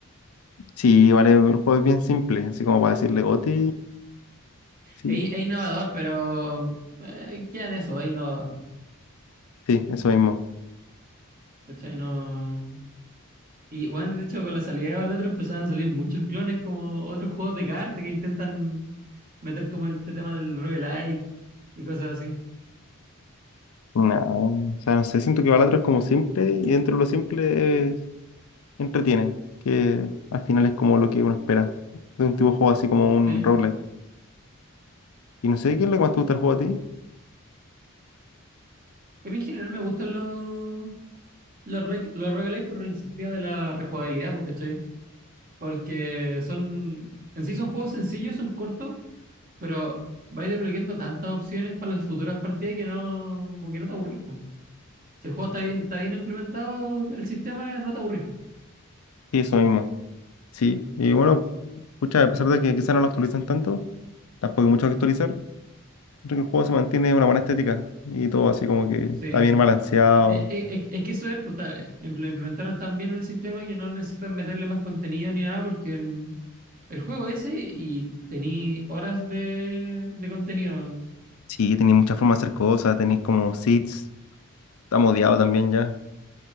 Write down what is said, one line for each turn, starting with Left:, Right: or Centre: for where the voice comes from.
Left: Sí, vale, el juego es bien simple, así como para decirle Goti, sí,
Right: Es, es innovador, pero eh, queda en eso, es innovador.
Left: sí, eso mismo.
Right: ¿Cachai? No. Y bueno, de hecho, con la salida del otro empezaron a salir muchos clones como otros juegos de cartas que intentan meter como este tema del roguelike y cosas así.
Left: No, o sea, no sé, siento que Balatro es como simple y dentro de lo simple es- entretiene, que al final es como lo que uno espera de un tipo de juego así como un
Right: Sí.
Left: roguelike. Y no sé, ¿qué es lo que más te gusta del juego a ti?
Right: Que a mí en general me gustan los, los, rogue- los roguelike por el sentido de la rejugabilidad, pues, ¿cachai? Porque son, en sí son juegos sencillos, son cortos, pero vais desbloqueando tantas opciones para las futuras partidas que no, como que no te aburrís, pues. Si el juego está bien, está bien implementado, el sistema no te aburrís.
Left: Sí, eso mismo, sí. Y bueno, pucha, a pesar de que quizás no lo actualizan tanto, tampoco hay mucho que actualizar, siento que el juego se mantiene una buena estética y todo así como que
Right: Sí.
Left: está
Right: Eh,
Left: bien balanceado.
Right: eh, eh, es que eso es, pues, está- implementaron tan bien el sistema que no necesitan meterle más contenido ni nada porque en- el juego ese y tení horas de, de contenido.
Left: Sí, tenéis muchas formas de hacer cosas, tenéis como seeds está modiado también ya.